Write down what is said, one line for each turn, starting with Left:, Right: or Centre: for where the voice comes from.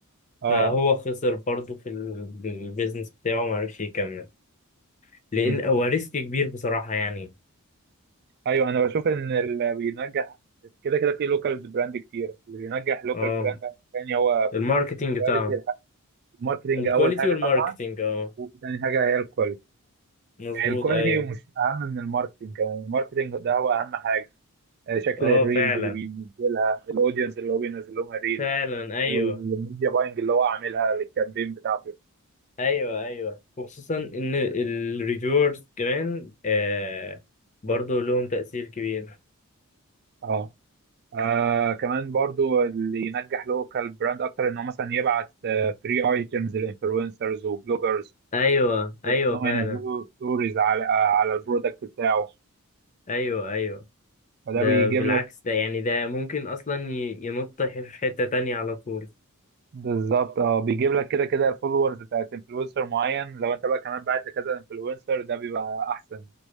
Right: اه
Left: فهو خسر برضه في ال- البيزنس بتاعه ما عرفش يكمل لان
Right: مم.
Left: هو ريسك كبير بصراحه يعني
Right: ايوه انا بشوف ان اللي بينجح كده كده في لوكال براند كتير اللي بينجح لوكال
Left: اه
Right: براند تاني هو
Left: الماركتينج
Right: كواليتي
Left: بتاعه
Right: الماركتنج
Left: الكواليتي
Right: اول حاجه
Left: والماركتينج
Right: طبعا
Left: اه
Right: وتاني حاجه هي الكواليتي
Left: مظبوط
Right: الكواليتي
Left: ايوه
Right: مش اهم من الماركتنج يعني الماركتنج ده هو اهم حاجه آه، شكل
Left: اه
Right: الريلز
Left: فعلا
Right: اللي بينزلها الاودينس اللي هو بينزل لهم الريل
Left: فعلا ايوه
Right: آه، والميديا باينج اللي هو عاملها للكامبين بتاعته
Left: ايوه ايوه وخصوصا ان الريفيورز كمان آه برضو لهم تأثير كبير
Right: اه آه كمان برضو اللي ينجح لوكال براند اكتر ان هو مثلا يبعت فري ايتمز للانفلونسرز وبلوجرز
Left: ايوه
Right: بحيث
Left: ايوه
Right: ان هم
Left: فعلا
Right: ينزلوا ستوريز على آه على البرودكت بتاعه
Left: ايوه ايوه
Right: فده
Left: ده
Right: بيجيب
Left: بالعكس
Right: لك
Left: ده يعني ده ممكن اصلا ي- ينط في حتة تانية على طول
Right: بالظبط اه بيجيب لك كده كده الفولورز بتاعت انفلونسر معين لو انت بقى كمان بعت لكذا انفلونسر ده بيبقى احسن